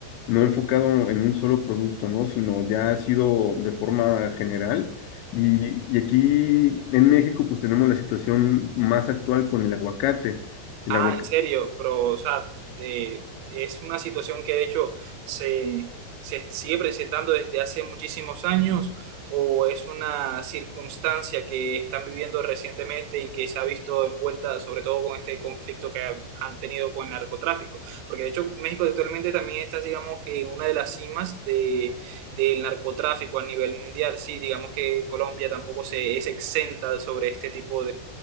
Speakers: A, on the left; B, on the right.
A: no enfocado en un solo producto, ¿no? Sino ya ha sido de forma general. Y, y aquí en México, pues tenemos la situación más actual con el aguacate. El
B: Ah,
A: aguacate.
B: en serio, pero, o sea, eh, es una situación que de hecho se, se sigue presentando desde hace muchísimos años o es una circunstancia que están viviendo recientemente y que se ha visto envuelta sobre todo con este conflicto que ha- han tenido con el narcotráfico. Porque de hecho México actualmente también está, digamos que, en una de las cimas de, del narcotráfico a nivel mundial. Sí, digamos que Colombia tampoco se, es exenta sobre este tipo